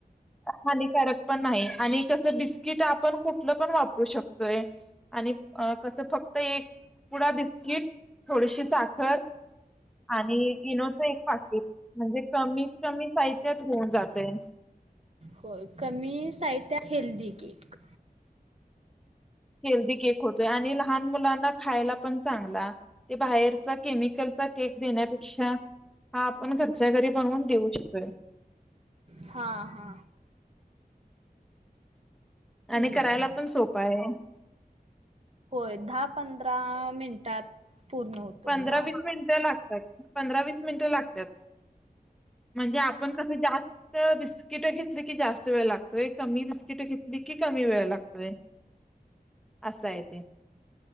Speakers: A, in the centre; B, on the right (about 40°).
A: हानिकारक पण नाही, आणि कसं बिस्किट आपण कुठलं पण वापरू शकतोय, आणि अ कसं फक्त एक पुढा दिस. कि थोडीशी चाक. साखर आणि इनोच एक पाकट म्हणजे, कमीत कमी साहित्यात होऊन जातय.
B: होय कमी साहित्या हेल्दी केक.
A: हेल्दी केक होतोय, आणि लहान मुलांना खायला पण चांगला ते बाहेरचा केमिकलचा केक देण्यापेक्षा, हा आपण घरच्या घरी बणून देऊ शकतोय.
B: हा हा ठीक
A: आणि करायला
B: आहे
A: पण सोपा आहे.
B: होय दहा पंधरा मिनिटात. पूर्ण होतोय
A: पंधरा
B: ना
A: वीस मिनिटं लागतात. पंधरा वस मिनट लागत, म्हणजे आपण कस जास्त बिस्किट घेतली, की जास्त वेळ लागतो, कमी बिस्किट नखकी कमी वेळ लागतोय. असाय ते.